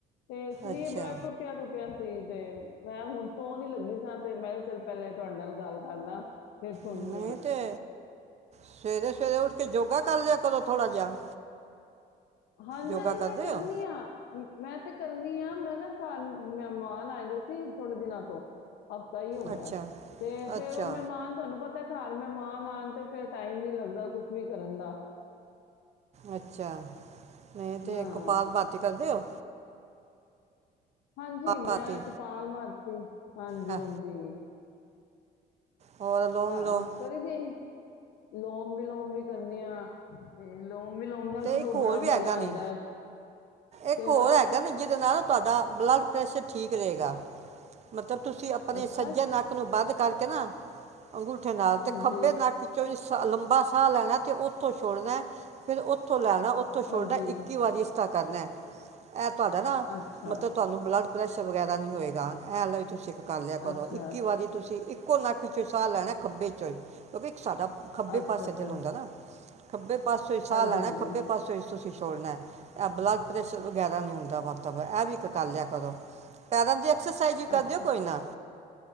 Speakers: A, on the left; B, on the right.
A: ਤੇ ਸਰੀਰ
B: ਅੱਛਾ
A: ਬੜਾ ਟੁੱਟਿਆ ਟੁੱਟਿਆ। ਸੀ ਤੇ ਮੈਂ ਹੁਣ ਸੋਣ ਈ ਲੱਗੀ ਸਾਂ ਤੇ ਮੈਂ ਚੱਲ ਪਹਿਲੇ ਤੁਹਾਡੇ ਨਾਲ ਗੱਲ ਕਰਲਾ। ਫਿਰ ਸੋਨੀ
B: ਨਹੀਂ
A: ਆਂ।
B: ਤੇ ਸਵੇਰੇ ਸਵੇਰੇ ਉੱਠ ਕੇ ਜੋਗਾ ਕਰ ਲਿਆ ਕਰੋ ਥੋੜਾ ਜਿਹਾ।
A: ਹਾਂਜੀ
B: ਯੋਗਾ
A: ਹਾਂਜੀ, ਮੈਂ
B: ਕਰਦੇ
A: ਕਰਨੀ
B: ਹੋ
A: ਆ। ਮੈਂ ਤੇ ਕਰਨੀ ਆ ਮੈਂ ਨਾ ਚਾਰ ਮਹਿਮਾਨ ਆਏ ਦੇ ਸੀ ਥੋੜੇ ਦਿਨਾਂ ਤੋਂ। ਹਫ਼ਤਾ ਹੀ ਹੋ ਗਿਆ
B: ਅੱਛਾ
A: ਤੇ ਫੇਰ
B: ਅੱਛਾ
A: ਉਹ ਮਹਿਮਾਨ ਤੁਹਾਨੂੰ ਪਤਾ ਘਰ ਮੈਂ ਮਹਿਮਾਨ ਆਣ ਤੇ ਫਿਰ ਟਾਈਮ ਨੀ ਲੱਗ ਦਾ ਕੁਛ ਵੀ ਕਰਨ ਦਾ।
B: ਅੱਛਾ। ਨਹੀਂ ਤੇ
A: ਹਾਂ
B: ਕਪਾਲ ਭਾਤੀ ਕਰ ਦਿਓ।
A: ਹਾਂਜੀ ਮੈਂ
B: ਭਾਤੀ
A: ਕਪਾਲ ਮਰਤੀ ਹਾਂਜੀ
B: ਹਾਂ
A: ਹਾਂਜੀ।
B: ਹੋਰ ਅਲੋਮ
A: ਹਾਂ
B: ਵਿਲੋਮ
A: ਕਰੀਦੀ। ਲੋਮ ਵਿਲੋਮ ਵੀ ਕਰਨੇ ਆ ਤੇ ਲੋਮ ਵੀਲੋਮ ਨਾਲ ਤੇ ਸਗੋਂ
B: ਇੱਕ ਹੋਰ
A: ਬੜਾ
B: ਵੀ
A: ਮਜ਼ਾ
B: ਹੈਗਾ
A: ਆਂਦਾ।
B: ਨੇ ਇੱਕ
A: ਕਿਹੜਾ
B: ਹੋਰ ਹੈਗਾ ਨੀ ਜਿਹਦੇ ਨਾਲ ਤੁਹਾਡਾ ਬਲੱਡ ਪ੍ਰੈਸ਼ਰ ਠੀਕ ਰਹੇਗਾ ਮਤ ਤੇ ਤੁਸੀਂ ਆਪਣੇ
A: ਅੱਛਾ
B: ਸੱਜੇ ਨੱਕ ਨੂੰ ਵੱਧ ਕਰਕੇ ਨਾ ਅੰਗੂਠੇ ਨਾਲ ਤੇ
A: ਹਾਂਜੀ
B: ਖੱਬੇ ਨੱਕ ਚੋਂ ਲੰਬਾ ਸਾਹ ਲੈਣਾ ਤੇ ਉੱਥੋਂ ਛੋੜਨਾ ਫਿਰ ਉੱਥੋਂ ਲੈਣਾ। ਉੱਥੋ ਛੋੜਨਾ
A: ਹਾਂਜੀ
B: ਇੱਕੀ ਵਾਰੀ ਇਸ। <unintelligible> ਕਰਨਾ ਐ ਤੁਹਾਡਾ ਨਾ
A: ਅੱਛਾ
B: ਮਤਲਬ ਤੁਹਾਨੂੰ ਬਲੱਡ ਪ੍ਰੈਸ਼ਰ ਵਗੈਰਾ ਨੀ ਹੋਏਗਾ <unintelligible> ਕਰ ਲਿਆ ਕਰੋ
A: ਅੱਛਾ
B: ਇੱਕੀ ਵਾਰੀ ਤੁਸੀਂ ਇੱਕ ਕੋ ਨਾ ਕੁ ਸਾਹ ਲੈਣਾ ਖੱਬੇ ਚੋਂ ਹੀ ਕਿਉਂਕਿ ਇੱਕ ਸਾਡਾ ਖੱਬੇ
A: ਅੱਛਾ
B: ਪਾਸੇ
A: ਅੱਛਾ
B: ਜਲਉਦਾ ਨਾ ਖੱਬੇ ਪਾਸਿਓਂ ਈ ਸਾਹ
A: ਹਾਂਜੀ,
B: ਲੈਣਾ
A: ਹਾਂਜੀ,
B: ਖੱਬੇ ਪਾਸੇ ਤੁਸੀਂ ਸੋੜਨਾ ਇਹ ਬਲਾ ਪ੍ਰੈਸ਼ਰ ਵਗੈਰਾ ਨਹੀਂ ਹੁੰਦਾ ਮੱਤਵ ਇਹ ਵੀ ਇੱਕ ਗੱਲ ਆ ਕਰੋ ਪੈਰਾਂ ਦੀ ਐਕਸਰਸਾਈਜ਼ ਵੀ ਕਰ
A: ਅੱਛਾ,
B: ਦਿਓ ਕੋਈ ਨਾ